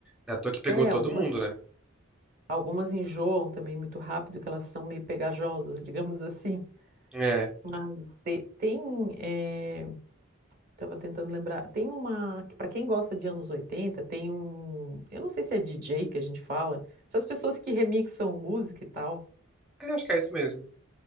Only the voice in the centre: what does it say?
Na toa que pegou
todo
mundo, né?
É.
É, acho que é isso mesmo.